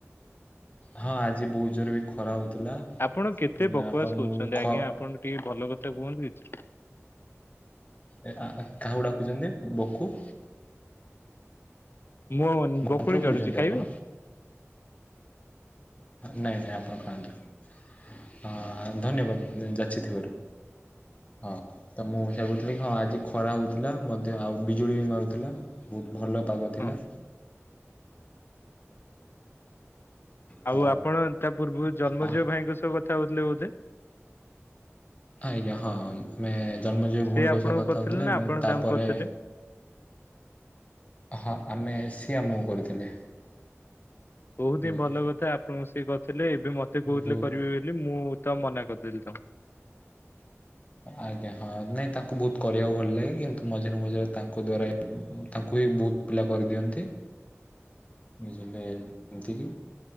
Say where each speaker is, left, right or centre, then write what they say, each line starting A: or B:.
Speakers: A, on the left (about 30°); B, on the left (about 50°).
A: ହଁ ଆଜି ବହୁତ ଜୋରରେ ବି ଖରା ହଉଥିଲା।
B: ଆପଣ କେତେ
A: ଉଁ,
B: ବକବାସ୍
A: ଏବଂ
B: କରୁଚନ୍ତି
A: ଖ
B: ଆଜ୍ଞା ଆପଣ ଟିକେ ଭଲ କଥା କୁହନ୍ତୁ କିଛି।
A: ଏ ଆ କାହାକୁ ଡାକୁଚନ୍ତି ବୋକୁ
B: ମୁଁ ବକୁଳି
A: ମନ୍ତ୍ର ପଢ଼ୁଛନ୍ତି
B: କାଢୁଚି ଖାଇବ।
A: ଆପଣ ନାଇଁ, ନାଇଁ ଆପଣ ଖାଆନ୍ତୁ। ହଁ ଧନ୍ୟବାଦ ଯାଚିଥିବାରୁ ହଁ। ତ <unintelligible> ହଁ ଆଜି ଖରା ହଉଥିଲା ମଧ୍ୟ ଆଉ ବିଜୁଳି ବି ମାରୁଥିଲା। ବହୁତ ଭଲ ପାଗ
B: ହଁ
A: ଥିଲା।
B: ଆଉ
A: ତ
B: ଆପଣ ତା ପୂର୍ବରୁ ଜନ୍ମଜୟ
A: ଆ-
B: ଭାଇଙ୍କ ସହ କଥା ହଉଥିଲେ ବୋଧେ?
A: ଆଜ୍ଞା, ହଁ। ଆମେ ଜନ୍ମଜୟ
B: ସେ
A: ଭଉଣୀଙ୍କ
B: ଆପଣଙ୍କୁ
A: ସହ କଥା
B: କରିଥିଲେ
A: ହଉଥିଲେ
B: ନା
A: ଏବଂ
B: ଆପଣ
A: ତାପରେ
B: ତାଙ୍କୁ କରିଥିଲେ?
A: ହଁ ଆମେ ସିଏ ଆମ କୁ କରୁଥିଲେ।
B: ବହୁତ
A: ବୁଝିଲେ
B: ହିଁ ଭଲ କଥା ଆପଣଙ୍କୁ ସେ କରଥିଲେ, ଏବେ ମତେ କହୁଥିଲେ
A: ବହୁତ
B: କରିବେ ବୋଲି ମୁଁ ତ ମନା କରିଦେଲି ତା
A: ଆଜ୍ଞା ହଁ ନାଇଁ ତାଙ୍କୁ ବହୁତ କରିବାକୁ ଭଲ ଲାଗେ କିନ୍ତୁ ମଝିରେ ମଝିରେ ତାଙ୍କ ଦ୍ଵାରା ତାଙ୍କୁ ହି ବହୁତ ପିଲା କରିଦିଅନ୍ତି। ନିଜେ <unintelligible> ତିକି